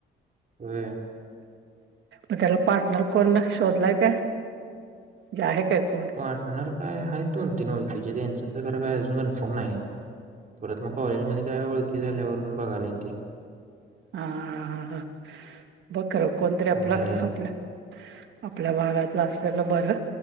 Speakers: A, on the right (about 40°); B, on the right (about 70°).
A: व्हय.
B: मग त्याला पार्टनर कोण शोधलाय काय जे आहे काय? कोण
A: पार्टनर काय आहे दोन तीन ओळखीचे त्यांचं तर काय अजून कन्फर्म नाही. परत मग कॉलेज मध्ये काय ओळखी झाल्यावर पण बघायला येते.
B: हा हा हा हा बघ कोणतरी आपलं
A: कोण काय आहे.
B: आपल्या आपल्या भागात असलेलं बरं